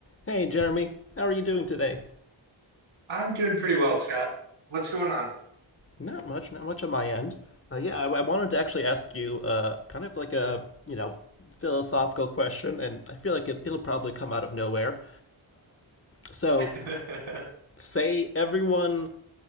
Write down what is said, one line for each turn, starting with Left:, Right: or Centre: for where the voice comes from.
Left: Hey, Jeremy, how are you doing today?
Right: I'm doing pretty well, Scott. What's going on?
Left: Not much, not much on my end. Uh, yeah, I, I wanted to actually ask you, uh, kind of like a, you know, philosophical question, and I feel like it, it'll probably come out of nowhere. So,
Right: <laughs>
Left: say everyone,